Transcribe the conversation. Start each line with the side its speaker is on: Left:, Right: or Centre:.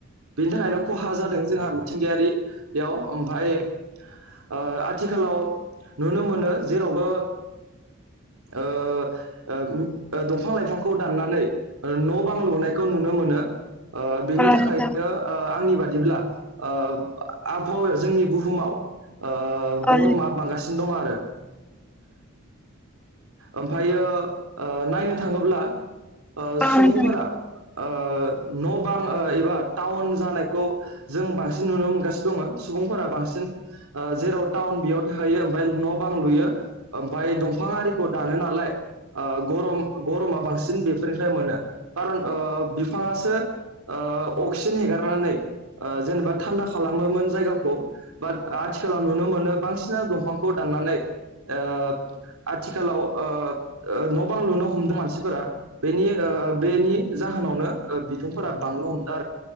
Right: बिनि थाखायनो खहा जादों जोंहा मिथिंगायारि याव आमफाय ओ आथिखालाव नुनो मोनो जेरावबो ओ ओम दंफां लाइफांखौ दाननानै ओ न' बां लुनायखौ नुनो मोनो ओ बेनि थाखायनो
Centre: नोंथां
Right: ओ आंनि बादिब्ला ओ आबहावायाव जोंनि बुहुमाव ओ गर'मा
Centre: अ
Right: बांगासिनो दं आरो। ओमफायो ओ नायनो थाङोब्ला ओ सुबुंफोरा
Centre: नोंथां
Right: ओ न' बां ओ टाउन जानायखौ जों बांसिन नुनो मोनगासिनो दङ सुबुंफोरा बांसिन ओ जेराव टाउन बेयाव थायो ओमफाय न' बां लुयो ओमफाय दंफां आरिखौ दानो नालाय ओ गर'म गर'मा बांसिन बेफोरनिफ्राय मोनो कारन ओ बिफाङासो ओ अक्सिजेन हेगारनानै ओ जेनेबा थान्दा खालामोमोन जायगाखौ। बाट आथिखालाव नुनो मोनो बांसिनानो दंफांखौ दाननानै ओ आथिखालाव ओ ओ न' बां लुनो हमदों मानसिफोरा बेनि‌ ओ बेनि जाहोनावनो ओ बिदुंफोरा बांनो हमदों